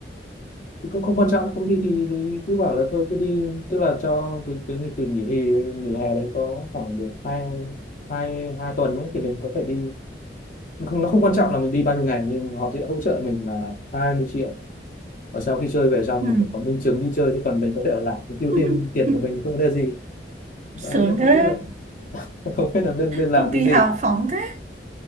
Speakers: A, on the left; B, on the right.
A: thì cũng không quan trọng công ty thì, thì cứ bảo là thôi cứ đi tức là cho cái cái nghỉ tuần nghỉ hè nghỉ hè đấy có khoảng được hai hai hai tuần nữa thì mình có thể đi nó không nó không quan trọng là mình đi bao nhiêu ngày nhưng họ sẽ hỗ trợ mình là hai mươi triệu và sau khi chơi về xong
B: ừ
A: thì phải có minh chứng đi chơi chứ còn mình có thể ở lại mình tiêu
B: <laughs>
A: thêm tiền của mình không có vấn đề gì đấy
B: sướng
A: là
B: thế
A: không biết là <laughs> không biết là nên nên làm
B: công
A: cái
B: ty
A: gì
B: hào phóng thế